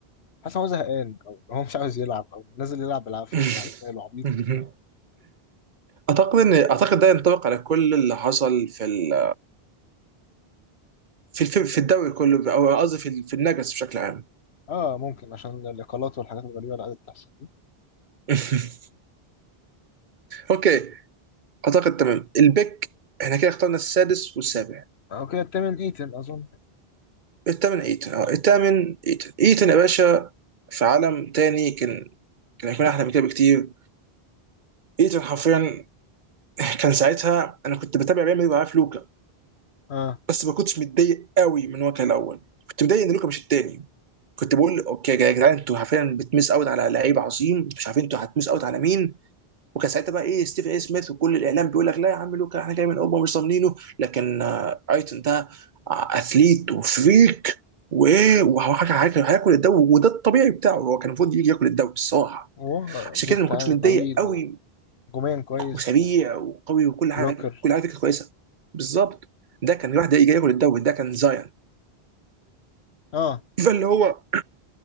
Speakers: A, on the left; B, on the right.
A: حاسس ان هو زهقان او هو مش عاوز يلعب او نازل يلعب بالعافيه
B: <laughs>
A: مش عارف ماله عبيط
B: اعتقد ان اعتقد ده ينطبق على كل اللي حصل في ال... في الف- في الدوري كله او قصدي في ال- في النجس بشكل عام
A: اه ممكن عشان الاقالات والحاجات الغريبه اللي قاعده بتحصل دي.
B: <laughs> اوكي اعتقد تمام البيك احنا كده اخترنا السادس والسابع
A: او كده التمن ايتن اظن
B: الثامن ايتن اه الثامن ايتن ايتن يا باشا في عالم تاني كان كان هيكون احلى من كده بكتير ايتن حرفيا كان ساعتها انا كنت بتابع ريال مدريد وعارف لوكا
A: اه
B: بس ما كنتش متضايق قوي من هو كان الاول كنت متضايق ان لوكا مش التاني كنت بقول اوكي يا جدعان انتوا حرفيا بتمس اوت على لعيب عظيم مش عارفين انتوا هتمس اوت على مين وكان ساعتها بقى ايه ستيفن اي سميث وكل الاعلام بيقول لك لا يا عم لوكا احنا جاي من اوروبا مش ضامنينه لكن آه، ايتون ده آه، اثليت وفريك وايه وهياكل هياكل هياكل الدوري وده الطبيعي بتاعه هو كان المفروض يجي ياكل الدوري الصراحه
A: هو
B: عشان
A: جيتا
B: كده أنا ما كنتش
A: يعني
B: متضايق
A: طويل
B: قوي
A: هجوميا كويس
B: وسريع وقوي وكل حاجه
A: وبلوكر
B: كل حاجه كانت كويسه بالظبط ده كان واحد جاي ياكل الدوري ده كان زاين
A: اه
B: فاللي هو